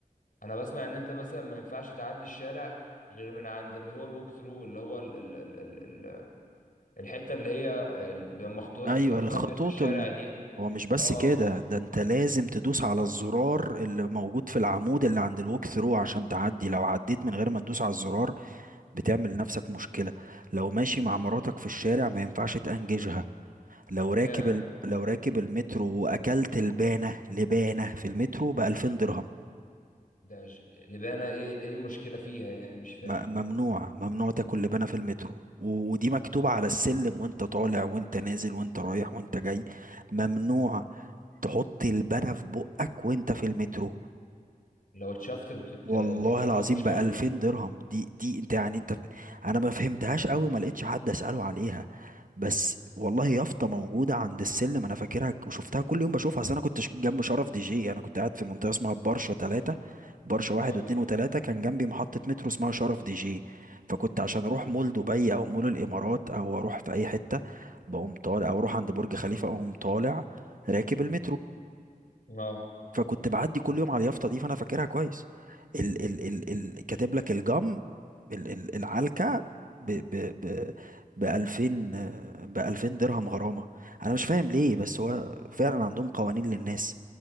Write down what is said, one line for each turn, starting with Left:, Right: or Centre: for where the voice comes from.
Left: انا بسمع ان انت مثلا ما ينفعش تعدي الشارع غير من عند اللي هو الووك ثرو اللي هو ال ال ال ال الحتة اللي هي آه، مخطوط-
Right: ايوه
Left: مخططة
Right: الخطوط
Left: ابيض في الشارع
Right: الم...
Left: دي
Right: هو مش بس
Left: اه
Right: كده ده انت لازم تدوس على الزرار اللي موجود في العمود اللي عند الوك ثرو عشان تعدي لو عديت من غير ما تدوس على الزرار بتعمل لنفسك مشكلة لو ماشي مع مراتك في الشارع ما ينفعش تأنججها لو راكب
Left: يا
Right: ال... لو راكب المترو وأكلت لبانة لبانة في المترو بألفين درهم
Left: ده ج- لبانة ايه ايه المشكلة فيها يعني مش
Right: م...
Left: فاهم
Right: ممنوع ممنوع تاكل لبانة في المترو و... ودي مكتوبة على السلم وانت طالع وانت نازل وانت رايح وانت جاي ممنوع تحط لبانة في بقك وانت في المترو
Left: لو اتشفت بتت...
Right: والله
Left: بتحصل
Right: العظيم
Left: لك مشكلة
Right: ب 2000 درهم دي دي انت يعني انت انا ما فهمتهاش قوي ما لقيتش حد اساله عليها بس والله يافطه موجوده عند السلم انا فاكرها ك- وشفتها كل يوم بشوفها اصل انا كنت ش- جنب شرف دي جي انا كنت قاعد في منطقه اسمها برشا ثلاثة برشا واحد
Left: اه
Right: واتنين وتلاتة كان جنبي محطه مترو اسمها شرف دي جي فكنت عشان اروح مول دبي او مول الامارات او اروح في اي حته بقوم طالع او اروح عند برج خليفه اقوم طالع راكب المترو
Left: اه
Right: فكنت بعدي كل يوم على اليافطه دي فانا فاكرها كويس ال ال ال ال كاتب لك الجم ال ال العلكه ب ب ب ب 2000 ب 2000 درهم غرامه انا مش فاهم ليه بس هو فعلا عندهم قوانين للناس